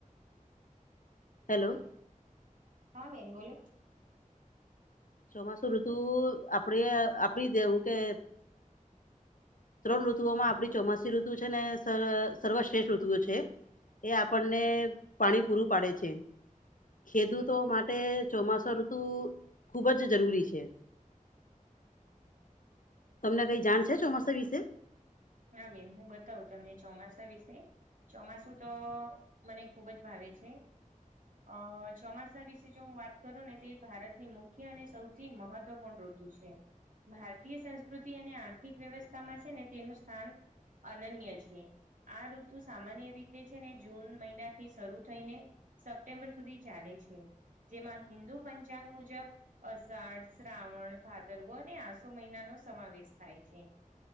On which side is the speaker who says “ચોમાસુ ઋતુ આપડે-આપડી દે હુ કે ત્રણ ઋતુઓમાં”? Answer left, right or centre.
Left